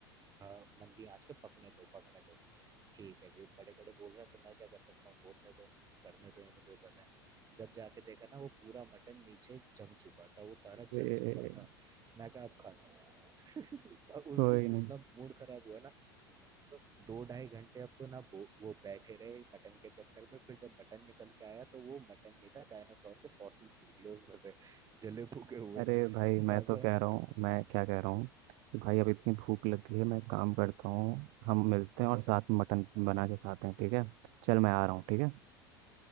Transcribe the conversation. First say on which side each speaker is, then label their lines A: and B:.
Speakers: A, on the right; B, on the right.
A: आ, मंदी आंच पे पकने दो पकने दो ठीक है जी बड़े बड़े बोल रहा है तो मैं क्या कर सकता हूँ बोलने दो करने दो इन्हें जो कर रहे हैं जब जाके देखा ना वो पूरा मटन नीचे जम चुका था वो सारा
B: ए,
A: जल चुका था मैं कहा अब खा लो <laughs> उस
B: कोई
A: दिन जितना
B: नहीं
A: मूड खराब हुआ ना तो दो ढाई घंटे अब तो ना वो वो बैठे रहे मटन के चक्कर में फिर जब मटन निकल के आया तो वो मटन नहीं था डायनासोर के फॉसिल्स निकले उसमें से जले फूके हुए
B: अरे भाई मैं
A: भाई
B: तो
A: साहब,
B: कह रहा हूँ मैं क्या कह रहा हूँ कि भाई अब इतनी भूख लग गई है मैं
A: अ,
B: काम करता हूँ हम मिलते हैं और साथ में मटन
A: अ,
B: बना के खाते हैं ठीक है चल मैं आ रहा हूँ ठीक है